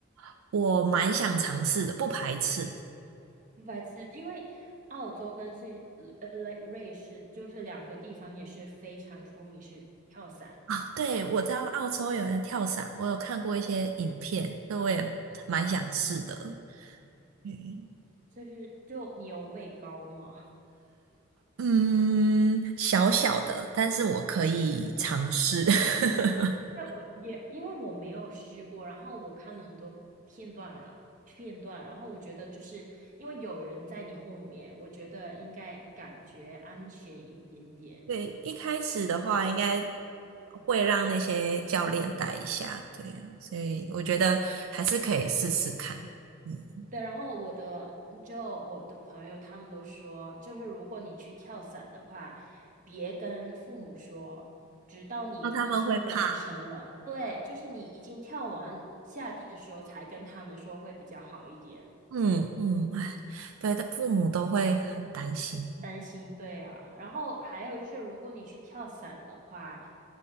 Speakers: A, on the right; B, on the right.
A: <laughs> 我蛮想尝试的，不排斥。
B: 白痴，因为澳洲跟瑞呃瑞瑞士就是两个地方也是非常出名是跳伞，
A: 啊，对，我知道澳洲有人跳伞，我有看过一些影片，那我也蛮想试的。嗯，
B: 就是就你有畏高吗？
A: 嗯小小的，但是我可以尝试。<laughs>
B: 那我也因为我没有试过，然后我看了很多片段了片段，然后我觉得就是因为有人在你后面，我觉得应该感觉安全一点点。
A: 对，一开始的话应该会让那些教练带一下，对呀，所以我觉得还是可以试试看。嗯，
B: 对，然后我的嗯就我的朋友他们都说，就是如果你去跳伞的话，别跟父母说，直到你已经完成了，
A: 那他们会怕，
B: 对，就是你已经跳完下地的时候才跟他们说会比较好一点。
A: 嗯嗯，哎，对的，父母都会很担心
B: 担心，对啊。然后还有就是，如果你去跳伞的话，